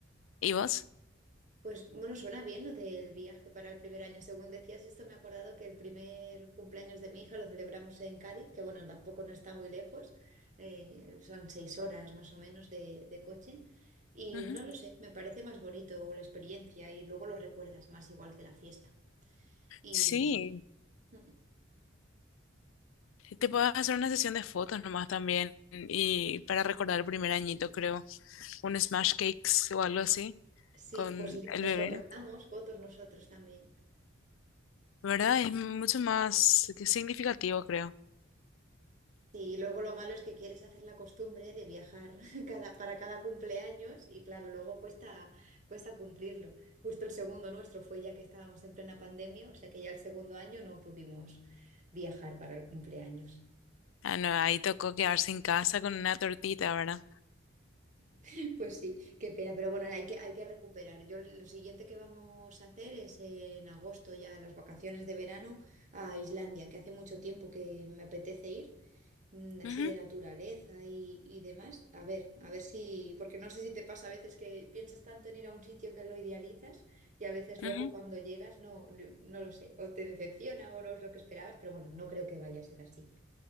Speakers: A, on the left (about 70°); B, on the right (about 40°).
A: ¿Y vos?
B: Pues bueno, suena bien lo del viaje para el primer año. Según decías esto, me he acordado que el primer cumpleaños de mi hija lo celebramos en Cádiz, que bueno, tampoco no está muy lejos, eh, son seis horas más o menos de, de coche. Y
A: Ujú.
B: no lo sé, me parece más bonito la experiencia y luego lo recuerdas más igual que la fiesta. Y
A: Sí,
B: mm,
A: te puedes hacer una sesión de fotos nomás también y para recordar el primer añito, creo, un smash cakes o algo así
B: sí,
A: con
B: pues, sí,
A: el
B: pues
A: bebé,
B: contratamos fotos nosotros también.
A: ¿verdad? Es mucho más significativo, creo.
B: Sí, y luego lo malo es que quieres hacer la costumbre de viajar <laughs> cada, para cada cumpleaños y claro, luego cuesta, cuesta cumplirlo. Justo el segundo nuestro fue ya que estábamos en plena pandemia, o sea que ya el segundo año no pudimos viajar para el cumpleaños.
A: Ah, no, ahí tocó quedarse en casa con una tortita, ¿verdad?
B: <laughs> Pues sí, qué pena, pero bueno, hay que, hay que recuperar. Yo lo siguiente que vamos a hacer es en agosto, ya las vacaciones de verano, a Islandia, que hace mucho tiempo que me apetece ir mm, así
A: Ujú,
B: de naturaleza y, y demás. A ver, a ver si, porque no sé si te pasa a veces que piensas tanto en ir a un sitio que lo idealizas y a veces luego
A: ujú.
B: cuando llegas no, no no lo sé, o te decepciona o no es lo que esperabas, pero bueno, no creo que vaya a ser así.